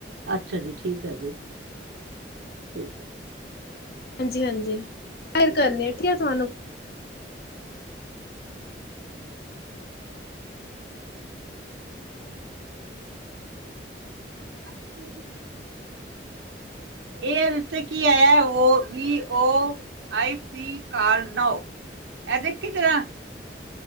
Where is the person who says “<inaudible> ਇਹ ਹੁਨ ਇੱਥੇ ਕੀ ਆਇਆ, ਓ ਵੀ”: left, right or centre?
Right